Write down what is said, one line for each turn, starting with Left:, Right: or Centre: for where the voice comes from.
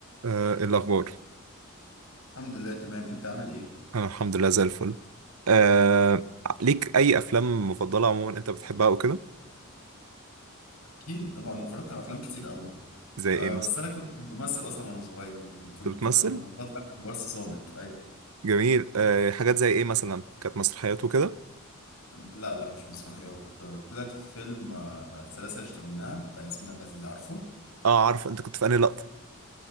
Right: آه، إيه الأخبار؟
Left: الحمد لله تمام انت عامل ايه
Right: أنا الحمد لله زي الفل آه، ليك أي أفلام مفضلة عموما أنت بتحبها وكده؟
Left: اكيد طبعا اتفرجت على افلام كتير قوي
Right: زي
Left: أه
Right: إيه مثلا؟
Left: بس انا كنت بمثل اصلا وانا صغير يعني كنت
Right: أنت بتمثل؟
Left: آه، بطلع كبار صامت اي
Right: جميل آه، حاجات زي إيه مثلا؟ كانت مسرحيات وكده؟
Left: لا لا مش مسرحيات آه، طلعت في فيلم آه، السلاسل اللي اشتغلناها بتاع ياسمين عبد العزيز عارفه
Right: أه عارف أنت كنت في أنهي لقطة؟